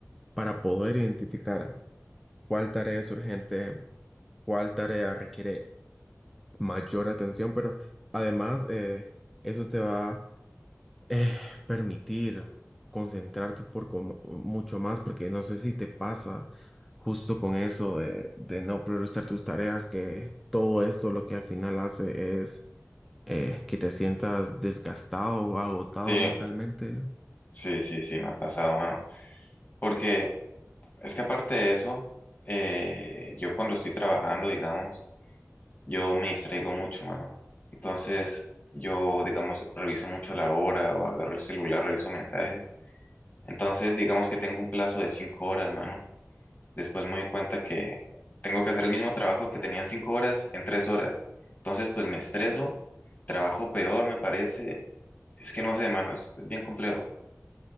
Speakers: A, in the centre; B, on the left.
A: para poder identificar cuál tarea es urgente, cuál tarea requiere mayor atención, pero además eh, eso te va eh, permitir concentrarte por como- mucho más, porque no sé si te pasa justo con eso de, de no priorizar tus tareas, que todo esto lo que al final hace es eh, que te sientas desgastado, agotado
B: Sí,
A: mentalmente.
B: sí, sí, sí, me ha pasado, mano. Porque es que aparte de eso, eh, yo cuando estoy trabajando, digamos, yo me distraigo mucho, mano. Entonces yo, digamos, reviso mucho la hora o agarro el celular, reviso mensajes. Entonces, digamos que tengo un plazo de cinco horas, mano. Después me doy cuenta que tengo que hacer el mismo trabajo que tenía en cinco horas en tres horas. Entonces, pues me estreso, trabajo peor, me parece. Es que no sé, mano, es, es bien complejo.